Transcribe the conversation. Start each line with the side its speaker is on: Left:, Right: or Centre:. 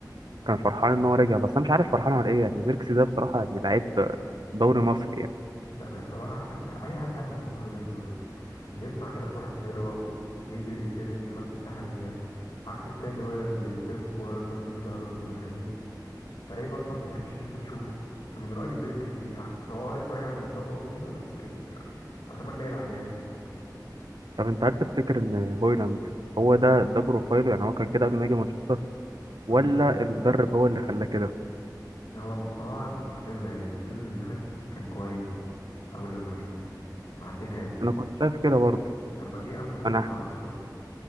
Right: كان فرحان ان هو رجع بس انا مش عارف فرحان على ايه يعني زيركس ده بصراحه يعني لعيب دوري مصري يعني
Left: لا بس هو احسن اي حد احسن من هويلاند و- بيصنع كده فرص حلوه و- وبينزل يستلم بيفضي مساحه للناس عكس التاني هويلاند اللي بيستلم الكوره يفضل مدي ظهره للمدافعين فلعيب اصلا ما تحبش ان انت تشوفه فمن رايي زيركزي احسن هو آه لسه راجع من اصابه وطويله بس اتمنى يلعب يعني
Right: طب انت هل تفتكر ان هويلاند هو ده ده بروفايله يعني هو كان كده قبل ما يجي مانشستر ولا
Left: او هو
Right: المدرب هو اللي خلاه كده
Left: يعني هو مستواه مش حلو يعني السيزون اللي فات كان كويس اول لما جه مع تنهاج
Right: انا كنت شايف كده برضه
Left: اما جه اموريم
Right: انا
Left: ما اعرفش بقى